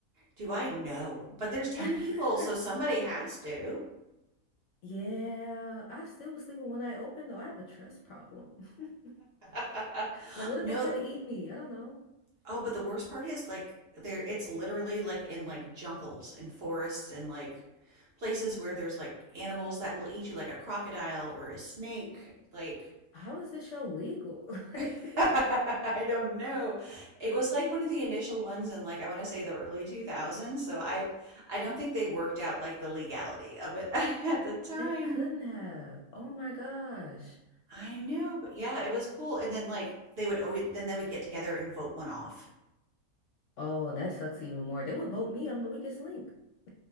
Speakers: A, on the right; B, on the left.
A: do i know but there's 10
B: <laughs>
A: people so somebody has to
B: Yeah, I still was sleeping one eye open though. I have a trust problem. <laughs>
A: <laughs>
B: Like, what
A: no
B: if they try to eat me? I don't know.
A: Oh, but the worst part is like there it's literally like in like jungles and forests and like places where there's like animals that will eat you like a crocodile or a snake. Like
B: How is this show legal? <laughs> Like,
A: <laughs> I don't know. It was like one of the initial ones in like I want to say the early 2000s, so I I don't think they worked out like the legality of it <laughs> at the time.
B: they couldn't have. Oh my gosh.
A: I know, but yeah, it was cool. And then like they would always then they would get together and vote one off.
B: Oh, and that sucks even more. They will vote me. I'm the weakest link. <laughs>